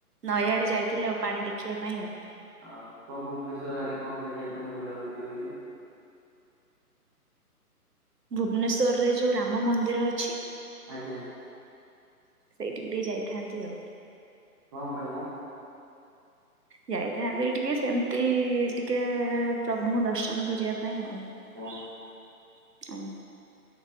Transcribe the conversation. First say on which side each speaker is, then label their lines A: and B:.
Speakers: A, on the right; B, on the right.
A: ନଈଆଡେ ଯାଇଥିଲି ଆଉ ପାଣି ଦେଖିବା ପାଇଁ ଆଉ।
B: ଆଉ କ ଭୁବନେଶ୍ୱର ଆଡେ କଣ ପାଇଁ ଯାଇଥାନ୍ତେ ବୁଲାବୁଲି କରିବାକୁ?
A: ଭୁବନେଶ୍ଵରରେ ଯୋଉ ରାମ ମନ୍ଦିର ଅଛି।
B: ଆଜ୍ଞା।
A: ସେଇଠିକି ଟିକେ ଯାଇଥାନ୍ତି ଆଉ।
B: କଣ ପାଇଁ ମ?
A: ଯାଇଥାନ୍ତି ଟିକେ ସେମିତି ଟିକେ। ପ୍ରଭୁଙ୍କୁ ଦର୍ଶନ କରିବା ପାଇଁ ଆଉ
B: ଓ
A: ଆ